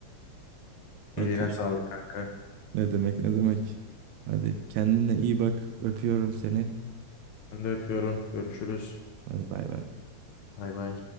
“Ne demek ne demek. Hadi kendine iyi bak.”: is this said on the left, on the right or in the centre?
Right